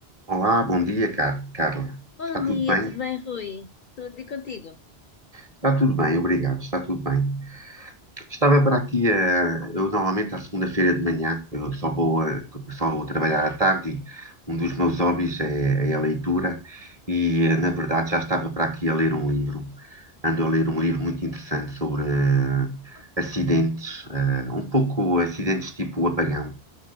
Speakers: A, on the right; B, on the left.
A: Olá, bom dia, Car- Carla.
B: Bom
A: Está tudo
B: dia,
A: bem?
B: tudo bem, Rui? Tudo e contigo?
A: Está tudo bem, obrigado. Está tudo bem. Estava para aqui, eh, eu normalmente à segunda-feira de manhã, eu só vou, eh, só vou trabalhar à tarde e um dos meus hobbies é, é a leitura e, eh, na verdade, já estava para aqui a ler um livro. Ando a ler um livro muito interessante sobre eh, acidentes, eh, um pouco acidentes tipo apagão.